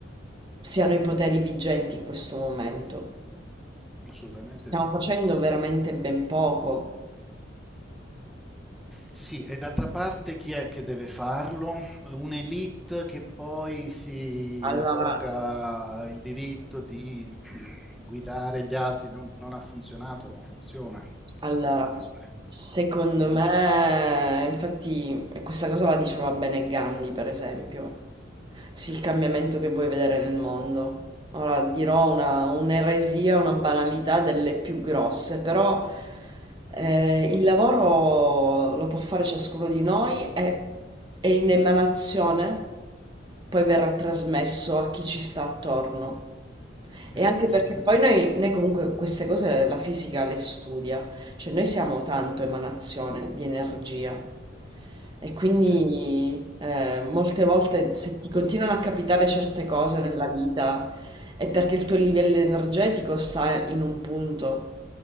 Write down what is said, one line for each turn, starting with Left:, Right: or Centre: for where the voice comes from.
Right: siano i poteri vigenti in questo momento.
Centre: assolutamente
Right: Stiamo
Centre: sì.
Right: facendo veramente ben poco.
Centre: Sì, e d'altra parte chi è che deve farlo? Un'elite che poi si
Right: Allora,
Centre: arroga il diritto di <clears throat> guidare gli altri. Non, non ha funzionato, non funziona.
Right: allora,
Centre: Questo è il
Right: s-
Centre: problema.
Right: secondo
Centre: Mm.
Right: me, infatti, e questa cosa la diceva bene Gandhi, per esempio. Sì, il cambiamento che vuoi vedere nel mondo. Ora dirò una, un'eresia, una banalità delle più grosse, però eh, il lavoro lo può fare ciascuno di noi e è in emanazione, poi verrà trasmesso a chi ci sta attorno.
Centre: Sì,
Right: E
Centre: sì,
Right: anche
Centre: assolutamente
Right: perché poi
Centre: sì.
Right: noi, noi comunque queste cose la fisica le studia. Cioè noi siamo tanto emanazione di energia e quindi
Centre: Sì,
Right: eh, molte volte se ti continuano a capitare certe cose nella vita è perché il tuo livello energetico sta in un punto,